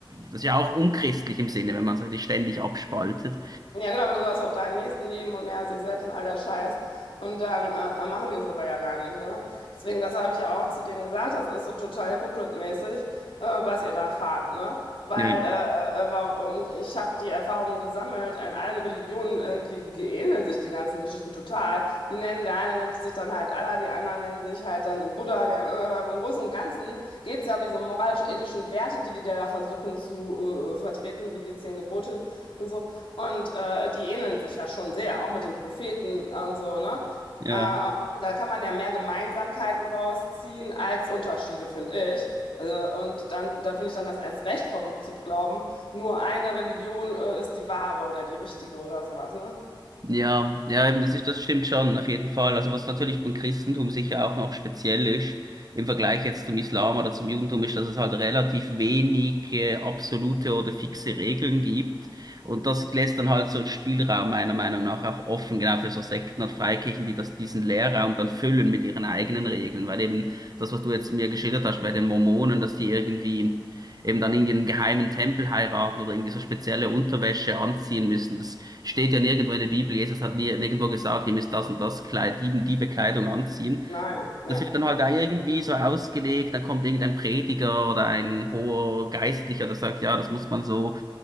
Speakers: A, on the right; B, on the left.
A: das ist ja auch unchristlich im Sinne, wenn man sich ständig abspaltet.
B: Ja, genau, aber du sollst auch deinen Nächsten lieben und mehr als dich selbst und all der Scheiß. Und dann äh, äh, machen die es aber ja gar nicht, ne? Deswegen, das habe ich ja auch zu denen gesagt, das ist so total hypocrite-mäßig, äh, was ihr da fahrt, ne? Weil,
A: Ja,
B: äh, äh, wa- und ich habe die Erfahrung gesammelt, in allen Religionen irgendwie ähneln sich die ganzen Geschichten total. Die nennen, der eine nennt sich dann halt Allah, die anderen nennen sich halt dann Buddha, der, andere- aber im Großen und Ganzen geht es ja um diese moralisch-ethischen Werte, die die da versuchen zu äh, äh, vertreten, wie die zehn Gebote. Und so. Und äh, die ähneln sich ja schon sehr, auch mit den Propheten und so, ne?
A: ja,
B: Äh, äh, da kann man ja mehr Gemeinsamkeiten rausziehen als Unterschiede, finde ich. Also, und dann, da finde ich dann das erst recht verrückt zu glauben, nur eine Religion äh, ist die wahre oder die richtige oder sowas, ne?
A: ja, ja, eben, das ist, das stimmt schon, auf jeden Fall. Also was natürlich beim Christentum sicher auch noch speziell ist, im Vergleich jetzt zum Islam oder zum Judentum, ist, dass es halt relativ wenig äh, absolute oder fixe Regeln gibt. Und das lässt dann halt so einen Spielraum meiner Meinung nach auch offen, genau für so Sekten und Freikirchen, die das, diesen Leerraum dann füllen mit ihren eigenen Regeln. Weil eben das, was du jetzt mir geschildert hast bei den Mormonen, dass die irgendwie eben dann irgendwie einen geheimen Tempel heiraten oder irgendwie so spezielle Unterwäsche anziehen müssen, das Steht ja nirgendwo in der Bibel, Jesus hat nie, nirgendwo gesagt, ihr müsst das und das Kleid, die, die Bekleidung anziehen.
B: Nein, ja.
A: Das wird dann halt da irgendwie so ausgelegt, dann kommt irgendein Prediger oder ein hoher Geistlicher, der sagt, ja, das muss man so.